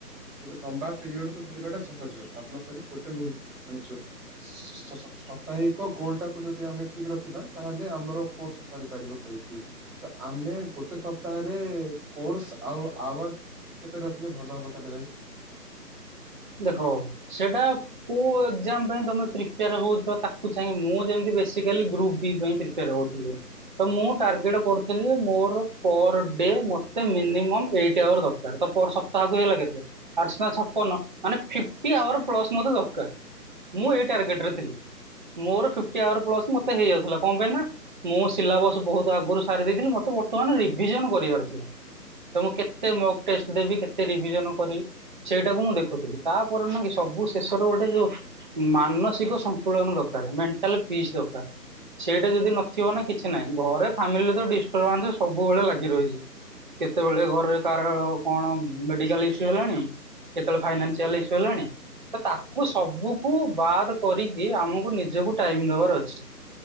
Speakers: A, in the centre; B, on the right.
A: ଗୋଟେ ଲମ୍ବା ପିରିୟଡ କୁ ଧରିବାଟା ସହଜ ଆପଣ କହିଲେ ଗୋଟେ <inaudible> ସାପ୍ତାହିକ ଗୋଲ ଟାକୁ ଯଦି ଆମେ ଠିକ ରଖିବା ତାହେଲେ ଆମର କୋର୍ସ ସରିପାରିବ କହିଲେ। ତ ଆମେ ଗୋଟ ଗୋଟେ ସପ୍ତାହରେ କୋର୍ସ ଆଉ ଆୱାର କେତେ ରଖିଲେ ଭଲ ହବ କହିଲେ ଭାଇ?
B: ଦେଖ ସେଇଟା। କୋ ଏକ୍ଜାମ ପାଇଁ ତମେ ପ୍ରିପେୟାର ହଉଚ ତାକୁ ଚାହିଁ ମୁଁ ଯେମିତି ବେସିକାଲି ଗ୍ରୁପ ବି ପାଇଁ ପ୍ରି ରହୁ ଥିଲେ ତ ମୁଁ ଟାର୍ଗେଟ
A: ଆଜ୍ଞା
B: କରୁଚି ମତେ ମୋର ପରଡେ ମତେ ମିନିମମ୍ ଏଇଟି ଆୱର ଦରକାର ତ ପର ସପ୍ତାହକୁ ହେଲା କେତେ? ଆଠ ସତା ଛପନ। ମାନେ ଫିଫ୍ଟୀ ଆୱାର ପ୍ଲସ୍ ମତେ ଦରକାର ମୁଁ ଏଇ ଟାର୍ଗେଟରେ
A: ଆଜ୍ଞା
B: ଥିଲି। ମୋର ଫିଫ୍ଟି ଆୱାର୍ ପ୍ଲସ୍ ମତେ ହେଇଯାଉଥିଲା କଣ ପାଇଁ ନା ମୁଁ ସିଲାବସ ବହୁତ ଆଗରୁ ସାରି ଦେଇେଇଥିଲି ମତେ ବର୍ତ୍ତମାନ ରିଭିଜନ କରିବାର ଥିଲା। ତ ମୁଁ କେତେ ମକ ଟେଷ୍ଟ ଦେବି କେତେ ରିଭିଜନ କରିବି ସେଇଟାକୁ ମୁଁ ଦେଖୁଛି। ତାପରେ ନୁହଁ କି ସବୁ ଶେଷର ଗୋଟେ ଯୋଉ ମାନସିକ ସନ୍ତୁଳନ ଦରକାର ମେଣ୍ଟାଲ ପିସ୍ ଦରକାର। ସେଇଟା ଯଦି ନଥିବ ନା କିଛି ନାହିଁ ଘରେ ଫାମିଲିରେ ତ ଡିଷ୍ଟର୍ବାନ୍ସ ସବୁବେଳେ ଲାଗି ରହିଛି। କେତେବେଳେ ଘରେ କହାର କଣ ମେଡିକାଲ ଇସୁ ହେଲାଣି କେତେବେଳେ ଫାଇନା ଚିଆଲ ଇଷୁ ହେଲାଣି। ତ ତାକୁ ସବୁକୁ ବାଦ କରିକି ଆମକୁ ନିଜକୁ ଟାଇମ ଦବାର ଅଛି।